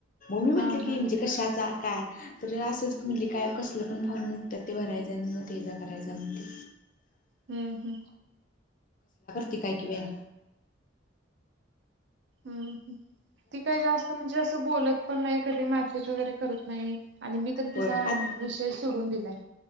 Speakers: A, on the left (about 45°); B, on the right (about 65°).
A: म-मी म्हणलं
B: हा हा
A: की म्हणजे कशाचा काय तर असंच म्हणली काय कसलं पण फॉर्म निघतात ते भरायचं मग ते करायचाणते
B: हम्म हम्म
A: त काय कि बेया
B: हम्म ती काही जास्त म्हणजे असं बोलत पण नाही कधी मॅसेज वगैरे करत नाही आणि मी तर तिचा
A: होय आ
B: विषयच सोडून दिलाय